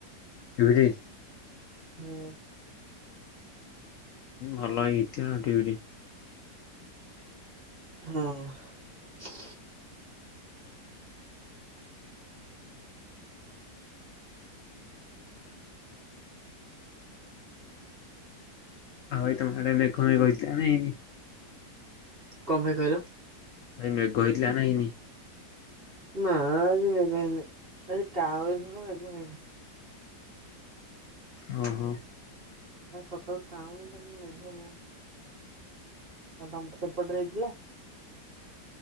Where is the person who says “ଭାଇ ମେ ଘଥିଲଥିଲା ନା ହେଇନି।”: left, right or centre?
Left